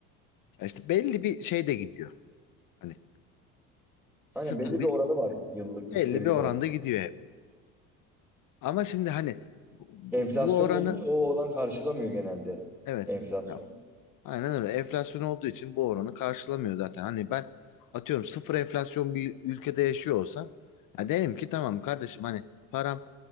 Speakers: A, on the left (about 50°); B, in the centre.
A: Ya İşte belli bir şey de gidiyor. Hani stabil
B: Hani belli bir oranı var yıllık
A: belli
B: yükseliş
A: bir oranda
B: oranı.
A: gidiyor hep. Ama şimdi hani bu,
B: Enflasyon
A: bu oranı
B: da olunca o oran karşılamıyor genelde
A: evet
B: enflasyonu.
A: Ya, aynen öyle enflasyon olduğu için bu oranı karşılamıyor zaten. Hani ben atıyorum sıfır enflasyon bir ülkede yaşıyor olsam ya derim ki tamam kardeşim hani param